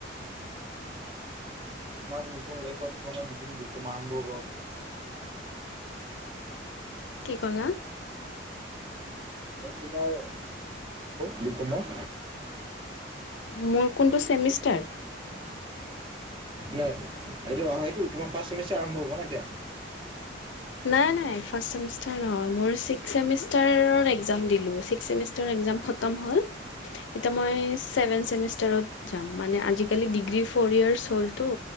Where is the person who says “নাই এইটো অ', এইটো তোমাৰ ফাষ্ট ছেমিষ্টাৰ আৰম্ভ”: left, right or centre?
Right